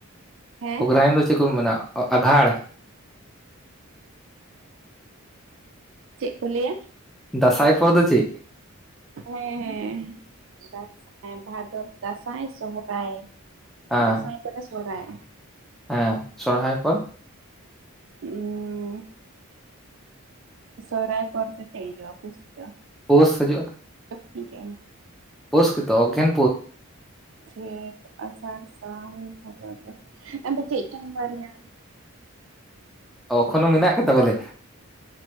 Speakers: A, on the right; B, in the centre.
A: ᱦᱮᱸ
B: ᱚᱜᱽᱨᱟᱭᱤᱱ ᱫᱚ ᱪᱮᱫ ᱠᱚ ᱢᱮᱱᱟ ᱟᱜᱷᱟᱬ
A: ᱪᱮᱫ ᱠᱚ ᱞᱟᱹᱭᱟ
B: ᱫᱟᱸᱥᱟᱭ ᱯᱚᱨᱮ ᱫᱚ ᱪᱮᱫ
A: ᱦᱮᱸ ᱦᱮᱸ ᱫᱟᱸᱥᱟᱭ ᱵᱷᱟᱫᱚᱨ ᱫᱟᱸᱥᱟᱭ ᱥᱚᱦᱨᱟᱭ
B: ᱦᱮᱸ
A: ᱫᱟᱸᱥᱟᱭ ᱯᱚᱨᱮ ᱥᱚᱦᱚᱨᱟᱭ
B: ᱦᱮᱸ ᱥᱚᱨᱦᱟᱭ ᱯᱚᱨ
A: ᱩᱸᱻ ᱥᱚᱨᱦᱟᱭ ᱯᱚᱨᱛᱮ ᱪᱮᱫ ᱦᱤᱡᱩᱜᱼᱟ ᱯᱩᱥ ᱦᱤᱡᱩᱜᱼᱟ
B: ᱯᱳᱥ ᱦᱤᱡᱩᱜᱼᱟ᱾
A: <unintelligible>
B: ᱯᱩᱥ ᱜᱮᱛᱚ ᱚᱜᱽᱜᱷᱮᱱ
A: ᱡᱷᱮᱸᱴ ᱟᱥᱟᱲ ᱥᱟᱱ ᱵᱷᱟᱫᱚᱨ ᱫᱟᱸᱥᱟᱭ ᱟᱫᱚ ᱪᱮᱫ ᱪᱚᱝ ᱵᱟᱨᱭᱟ
B: ᱚᱠᱷᱚᱱᱳ ᱢᱮᱱᱟᱜ ᱠᱟᱫᱟ ᱵᱚᱞᱮ